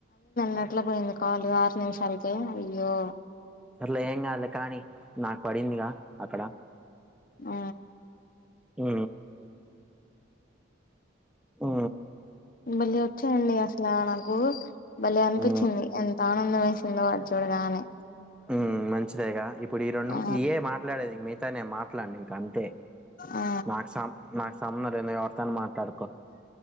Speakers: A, on the left; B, in the centre.
A: నెట్ల పోయింది కాలు ఆరు నిమిషాలకే అయ్యో
B: సర్లే ఏంగాద్లే కాణి నాకు పడిందిగా అక్కడ
A: ఆ
B: ఆ ఆ
A: మళ్ళీ వచ్చానండి అసలా నాకు భలే అనిపించింది
B: ఉ
A: ఎంతా ఆనం లేష్ నిలబడు చూడగానే
B: మ్మ్ మంచిదేగా ఇప్పుడు ఈ రెండు
A: ఆ
B: ఇయ్యే మాట్లాడేది మిగతా నేను మాట్లాడ్నిక అంతే
A: ఆ
B: నాకు సం నాకు సంమ్మ్ర్ నేన్ ఒస్ తను మాట్లాడు